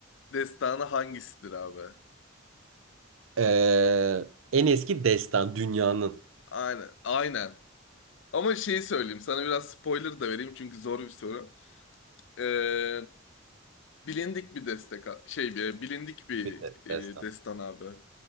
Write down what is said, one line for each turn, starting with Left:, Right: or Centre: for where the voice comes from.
Left: destanı hangisidir abi?
Right: Ee, en eski destan dünyanın
Left: Aynen. Aynen. Ama şeyi söyleyeyim. Sana biraz spoiler da vereyim çünkü zor bir soru. Ee, bilindik bir destek şey bir bilindik bir
Right: bir de- destan.
Left: e, destan abi.